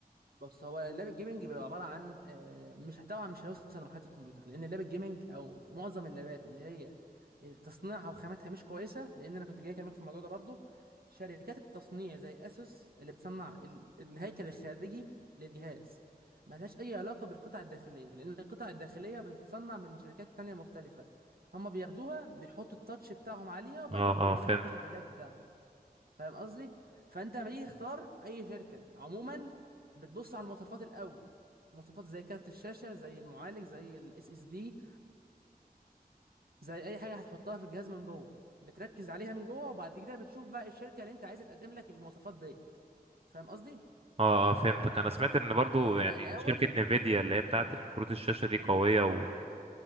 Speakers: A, on the right; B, on the right.
A: بص هو اللاب الجيمنج بيبقى عباره عن آه، مش طبعا مش هيوصل لمرحله الكمبيوتر لان اللاب الجيمنج او معظم اللابات اللي هي تصنيعها وخاماتها مش كويسه لان انا كنت جاي اكلمك في الموضوع ده برضو شركات التصنيع زي اسوس اللي بتصنع ال- الهيكل الخارجي للجهاز ملهاش اي علاقه بالقطع الداخليه لان القطع الداخليه بتتصنع من شركات تانية مختلفه هما بياخدوها بيحطوا التاتش بتاعهم عليها وبعدين
B: اه
A: بيقوم
B: اه فهمتك
A: جاي حاطينها في اللاب بتاعهم فاهم قصدي فانت لما تيجي تختار اي شركه عموما بتبص على المواصفات الاول مواصفات زي كارت الشاشه زي المعالج زي الاس اس دي زي اي حاجه هتحطها في الجهاز من جوه بتركز عليها من جوه وبعد كده بتشوف بقى الشركه اللي انت عايزه تقدم لك المواصفات ديت فاهم قصدي
B: اه اه فهمتك انا سمعت ان برضو
A: فاحنا
B: يعني
A: الاول
B: شركة نيفيديا اللي هي بتاعة
A: امم
B: كروت الشاشة دي قوية و...